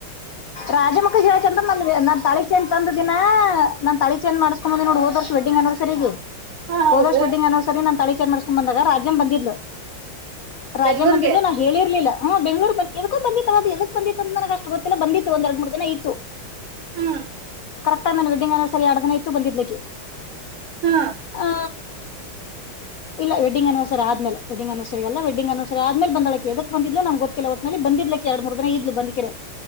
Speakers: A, on the left; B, on the right.
A: ರಾಜಮಕ್ಕಗ ಹೇಳಕಂದ್ರೆ ನ ನನ್ ತಾಳಿ ಚೈನ್ ತಂದ ದಿನ ನಾನ್ ತಾಳಿ ಚೈನ್ ಮಾಡಸು- ಹೋದ ನೋಡ ಹೋದ ವರ್ಷ ವೆಂಡಿಂಗ್ ಯಾನವರ್ಸರಿಗೆ
B: ಹಾ ಹೌದು
A: ಹೋದ ವರ್ಷ ವೆಡ್ಡಿಂಗ್ ಅನಿವರ್ಸರಿ ನನ್ನ ತಾಳಿ ಚೈನ ಮಾಡ್ಕೊಂಡು ಬಂದಾಗ ರಾಜ್ಯಂ ಬಂದಿದ್ಲು ರಾಜಂ
B: ಬೆಂಗ್ಳೂರ್ಗೆ
A: ಬಂದಿದ್ಲು ಹೇಳಿರ್ಲಿಲ್ಲ ಹಾ ಬೆಂಗ್ಳೂರ್ ಬಂದಿ ಅವಾಗ ಎದಕೋ ಬಂದಿ ಅಂತ ನನ್ನಗ ಅಷ್ಟ ಗೊತ್ತಿಲ್ಲಾ ಬಂದಿತ್ತು ಒಂದ ಎರಡು ಮೂರು ದಿನ ಇತ್ತು <inaudible>
B: ಹ್ಮ್
A: ಕರೆಕ್ಟ್ ಆಗಿ ನಾನು ವಡ್ಡಿಂಗ್ ಅನಿವರ್ಸರಿ ಎರಡು ದನ ಇತ್ತು ಬಂದಿದ್ಲಿ ಅಕ್ಕಿ
B: ಹಾ
A: ಆ ಇಲ್ಲ ವಡ್ಡಿಂಗ್ನಿವರ್ಸರಿ ಆದೇಲೆ ವೆಡ್ಡಿಂಗ್ ಆನಿವರ್ಸರಿ ಅಲ್ಲಾ ವೆಡ್ಡಿಂಗ್ ಆನಿವರ್ಸರಿ ಆದೇಲೆ ಬಂದಿದಳ ಆಕ್ಕಿ ಎದಕ್ ಬಂದಿದ್ಲು ನನಗ ಗೊತ್ತಿಲ್ಲಾ. ಅ ಬಂದಿದಲ್ ಆಕ್ಕಿ ಎರಡ್ ಮೂರ್ ದಿನ ಇದ್ಲು ಬಂದಕೆರೆ